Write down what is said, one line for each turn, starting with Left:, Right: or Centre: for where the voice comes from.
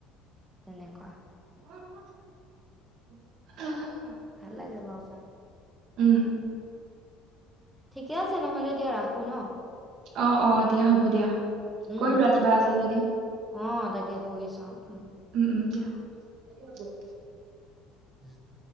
Centre: তেনেকুৱা।
Right: <inaudible>
Centre: ভাল লাগে বাৰু খায়।
Right: উম।
Centre: ঠিকে আছে নহ'লে দিয়া ৰাখোঁ ন'!
Right: অ', অ', দিয়া হ'ব দিয়া।
Centre: উম
Right: কৰি লোৱা
Centre: ঠিক
Right: কিবা আছে যদি উম,
Centre: অ তাকে কৰি চাওঁ উম
Right: উম, দিয়া। <unintelligible>
Centre: <inaudible>